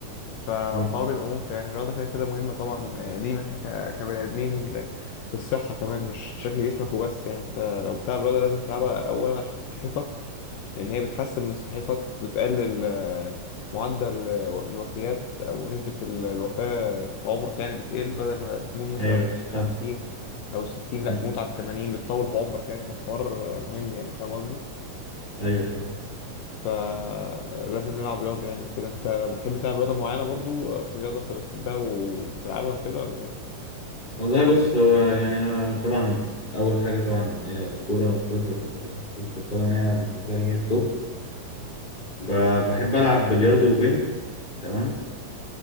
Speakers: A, on the left; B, on the left.
A: فالحوار
B: مم.
A: بيبقى ممتع يعني الرياضه كده كده مهمه طبعا آه، لينا ك- كبني ادمين ل- للصحه كمان مش شكل جسمك وبس يعني انت لو بتلعب رياضه لازم تلعبها اولا عشان صحتك لأن هي بتحسن من صحتك بتقلل آه، معدل آه، الوفيات أو نسبة ال- الوفاة في عمرك يعني بتقل بدل ما تموت مثلا
B: أيوه
A: على
B: فاهم
A: خمسين أو ستين
B: مم.
A: لأ تموت على التمانين بتطول في عمرك يعني فالحوار آه، مهم يعني فاهم قصدي؟
B: أيوه فاهم
A: فلازم نلعب رياضة يعني وكده أنت بتحب تلعب رياضة معينة برضو آه، في رياضة أنت بتحبها وبتلعبها وكده ولا إيه؟
B: والله بص هو يعني أنا طبعا أول حاجة طبعا هي الكورة كرة ال- كرة القدم هي بالنسبة لي هي التوب ب- بحب ألعب بلياردو وبينج تمام